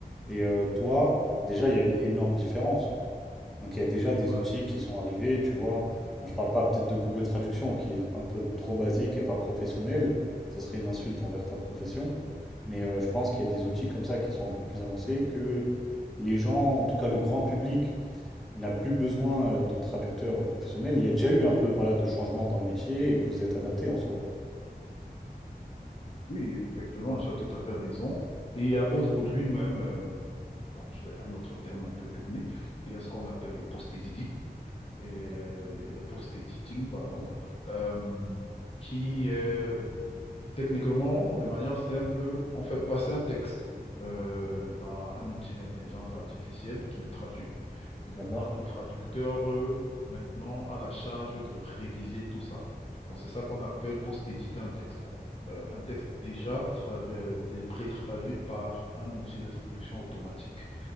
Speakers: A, in the centre; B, on the left (about 35°).
A: et euh, toi, déjà, il y a une énorme différence. Donc, il y a déjà des
B: ouais.
A: outils qui
B: ouais.
A: sont arrivés, tu vois. Bon, je parle pas peut-être de Google Traduction, qui est un peu trop basique et pas professionnel. Ça serait une insulte envers ta profession. Mais euh, je pense qu'il y a des outils comme ça qui sont un peu plus avancés que les gens, en tout cas le grand public, n'a plus besoin euh, de traducteurs professionnels. Il y a déjà eu un peu voilà, de changement dans le métier et vous vous êtes adapté en soi.
B: Oui, effectivement, tu as tout à fait raison. Et il y a aujourd'hui même, euh, bon, j'ai un autre terme un peu technique, il y a ce qu'on appelle le post-editing, et, et le post-editing, pardon, euh, qui est techniquement, de manière simple, on fait passer un texte euh, dans un outil d'intelligence artificielle qui le traduit. Et maintenant,
A: D'accord?
B: le traducteur, euh, maintenant, a la charge de réviser tout ça. Donc, c'est ça qu'on appelle post-éditer un texte. Donc, euh, un texte déjà tradu- euh, dé- pré-traduit par un outil de traduction automatique.